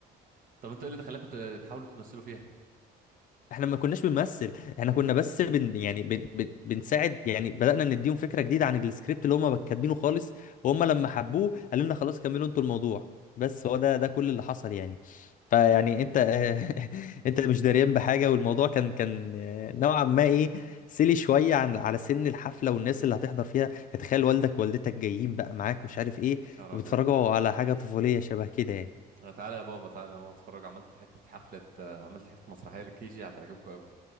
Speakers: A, on the right; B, on the left.
A: طب انتوا ايه اللي دخلكوا ت- تحاولوا تمثلوا فيها
B: احنا ما كناش بنمثل احنا كنا بس بن يعني بن بن بنساعد يعني بدأنا نديهم فكره جديده عن السكريبت اللي هم كاتبينه خالص وهم لما حبوه قالوا لنا خلاص كملوا انتوا الموضوع بس هو ده ده كل اللي حصل يعني فيعني
A: اه
B: انت <laughs> انت مش داريان بحاجه والموضوع كان كان نوعا ما ايه سيلي شويه عن على سن الحفله والناس اللي هتحضر فيها يعني تخيل والدك ووالدتك جايين بقى معاك ومش عارف ايه
A: نهار
B: بيتفرجوا
A: ابيض
B: على حاجه طفوليه شبه كده يعني
A: آه، تعالى يا بابا تعالى يا ماما اتفرج عملت حته حفله آه، عملت حته مسرحيه للكيجي هتعجبكم قوي